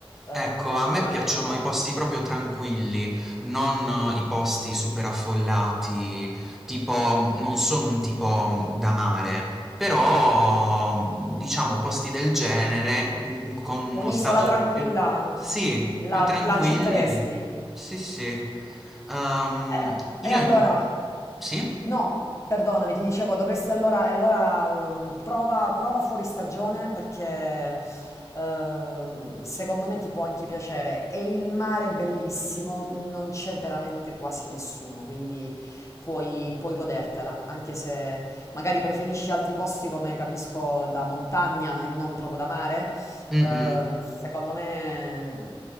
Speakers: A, on the left (about 30°); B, in the centre.
A: eh,
B: Ecco, a me
A: con la
B: piacciono
A: mia amica.
B: i posti proprio tranquilli, non eh, i posti super affollati, tipo non sono un tipo mm, da mare, però diciamo posti del genere mm, mm, con uno
A: Un'isola
B: stato
A: tranquilla
B: più, sì, più
A: la,
B: tranquilli.
A: la accetteresti?
B: Sì, sì. Ehm,
A: Eh,
B: io
A: E, allora,
B: in- sì?
A: no, perdonami, ti dicevo, dovresti allora, e allora mm, prova, prova fuori stagione perché eh, secondo me ti può anche piacere. E il mare è bellissimo, non c'è veramente quasi nessuno, quindi puoi, puoi godertela, anche se magari preferisci altri posti come capisco da montagna e non proprio da mare.
B: Mm-mm.
A: Eh, secondo me,